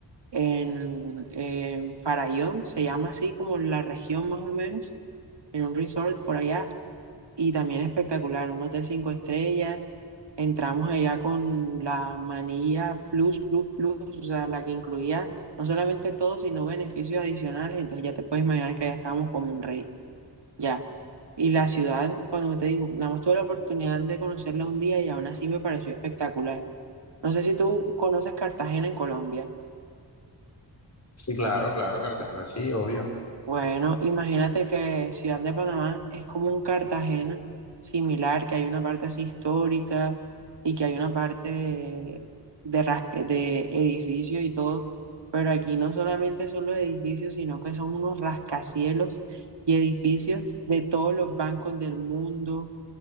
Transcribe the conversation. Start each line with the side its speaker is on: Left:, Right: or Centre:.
Right: en, en Farallón, se llama así como la región más o menos, en un resort por allá, y también espectacular, un hotel cinco estrellas, entramos allá con la manilla Plus, Plus, Plus, o sea, la que incluía no solamente todo, sino beneficios adicionales, entonces ya te puedes imaginar que allá estábamos como un rey. Ya. Y la ciudad, cuando te digo, nada más tuve la oportunidad de conocerla un día y aún así me pareció espectacular. No sé si tú conoces Cartagena en Colombia.
Left: Sí, claro, claro, Cartagena, sí, obvio.
Right: Bueno, imagínate que Ciudad de Panamá es como un Cartagena similar, que hay una parte así histórica y que hay una parte de, rasque- de edificios y todo. Pero aquí no solamente son los edificios, sino que son unos rascacielos y edificios de todos los bancos del mundo